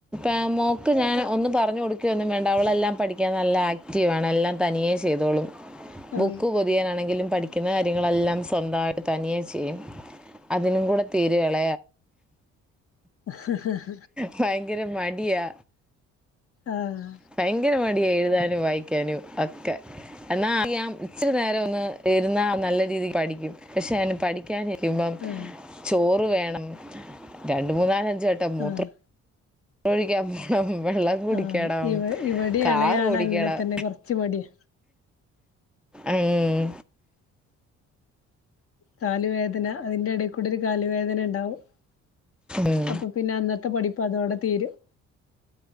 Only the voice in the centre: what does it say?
ആ മോക്ക് ഞാൻ ഒന്നും പറഞ്ഞു കൊടുക്കേണ്ട ഒന്നും വേണ്ട. പഠിക്കാൻ നല്ല ആക്ടീവ് ആണ്. അവൾ എല്ലാം തനിയെ ചെയ്തോളം
ബുക്ക് പൊതിയണമെങ്കിലും പഠിക്കുന്ന കാര്യങ്ങൾ എല്ലാം സ്വന്തമായിട്ട് തനിയെ ചെയ്യും അതിനും കൂടെ തീരെ ആൾ
ഭയങ്കര മടിയാ
ഭയങ്കര മടി ടിയ എഴുതാനും വായിക്കാനും ഒക്കെ എന്നാൽ ഇച്ചിരി നേരമൊന്ന് ഇരുന്നാൽ നല്ല രീതിക്ക് പഠിക്കും ക്ഷേ അവൻ പഠിക്കാൻ ഇരിക്കുമ്പോ
ചോ വേണം രണ്ട് മൂന്നാൽ ച് മൂത്ര
ഒഴിക്കാൻ പോണം കുടിക്കണം
കാർ
ഓടിക്കണം
ഉം,
ഉം,